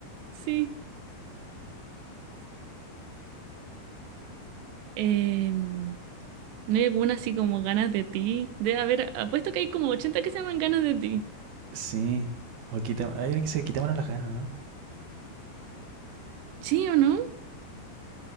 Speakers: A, on the right; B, on the right.
A: Sí. Em, no hay alguna así como ganas de ti. Debe haber, apuesto que hay como 80 que se llaman ganas de ti.
B: Sí. O quitemos, hay una que se quitémonos las ganas, ¿no?
A: ¿Sí o no?